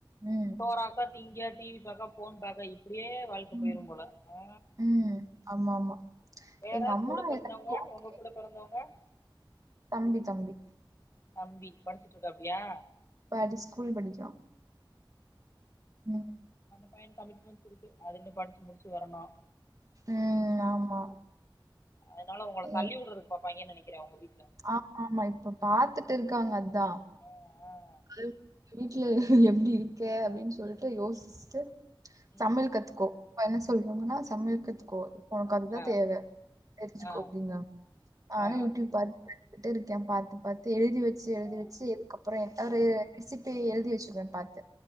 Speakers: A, on the right; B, on the left.
A: ம்
B: சோறாக்க திங்க டிவி பாக்க போன் பாக்க இப்படியே வாழ்க்கை
A: ம்.
B: போயிரும் போல ஆ
A: ம். ஆமா ஆமா
B: வேற
A: எங்க அம்மா
B: கூட பிறந்தவங்க
A: எல்லாத்துக்கும் ஓகே.
B: உங்க கூட பிறந்தவங்க
A: தம்பி தம்பி
B: தம்பி படிச்சிட்டு இருக்காப்பியா
A: படி ஸ்கூல் படிக்கிறா ம்
B: பைய கமிட்மெண்ட்ஸ் இருக்கு அதுன்னு படிச்சு முடிச்சு வரணும்
A: ம் ஆமா
B: அதனால உங்கள
A: எ
B: தள்ளி உட்ரதுக்கு பாப்பாகைன்னு நினைக்கிரே உங்க வீட்
A: ஆமா ஆமா இப்ப பாத்துட்டு இருக்காங்க அதான்
B: ஆ ஆ
A: அ வீட்ல எப்படி இருக்க அப்படின்னு சொல்லிட்டு யோசிச்சுட்டு
B: ம்
A: சமையல் கத்துக்கோ அப்பா என்ன சொல்றாங்கன்னா சமையல் கத்துக்கோ உனக்க அதுதான்
B: ஆ
A: தேவ தெரிஞ்சுக்கோ
B: ஆ
A: அப்படிங்காங்க நானும்
B: ஆ
A: யூடியூப் பா வட்டு இருக்கேன் பாத்து பாத்து எழுதி வச்சு எழுதி
B: ஆ
A: வச்சு எதுக்கப்புறம் எந்த
B: ஆ
A: ஒரு ரே ப்பய் எழுதி வச்சிருவேன் பாத்து